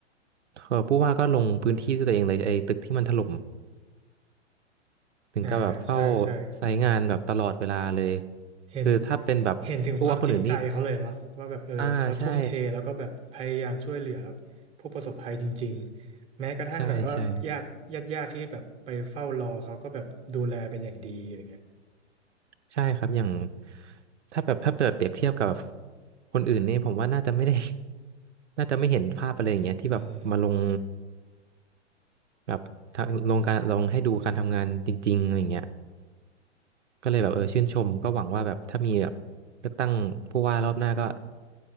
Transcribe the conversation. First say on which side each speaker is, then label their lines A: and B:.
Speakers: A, on the right; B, on the right.
A: เออผู้ว่าก็ลงพื้นที่ด้วยตัวเองเลยไอ้ตึกที่มันถล่ม
B: ๆอ่าใช่ใช่
A: ถึงกับแบบเฝ้าไซต์งานแบบตลอดเวลาเลย
B: เห็น
A: คือถ้าเป็นแบบพวกว่าคนอื่นนี่
B: เห็นถึงความจริงใจเขาเลยเนาะว่าแบบเออเขาทุ่มเทแล้วก็แบบพยายามช่วยเหลือ
A: อ่าใช่
B: ผู้ประสบภัยจริงๆแม้กระทั่งแบบว่าญาติญาติญาติที่แบบไปเฝ้ารอเขาก็แบบดูแลเป็นอย่างดีอะไรเงี้ย
A: ใช่ ใช่ ใช่ครับ อย่างถ้าแบบถ้าเปรียบเทียบเทียบกับคนอื่นนี่ผมว่าน่าจะไม่ได้ <laughs> น่าจะไม่เห็นภาพอะไรอย่างเงี้ยที่แบบมาลง
B: อืม
A: แบบทางลงการลงให้ดูการทำงานจริงๆอะไรอย่างเงี้ยก็เลยแบบเออชื่นชมก็หวังว่าแบบถ้ามีแบบเลือกตั้งผู้ว่ารอบหน้าก็